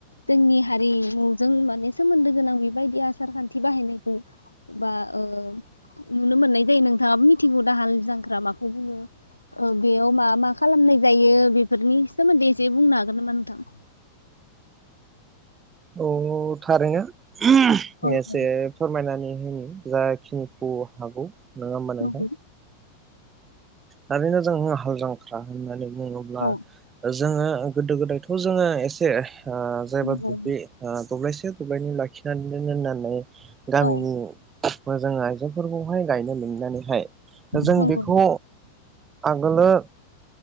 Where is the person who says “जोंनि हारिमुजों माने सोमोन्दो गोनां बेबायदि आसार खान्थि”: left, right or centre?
Left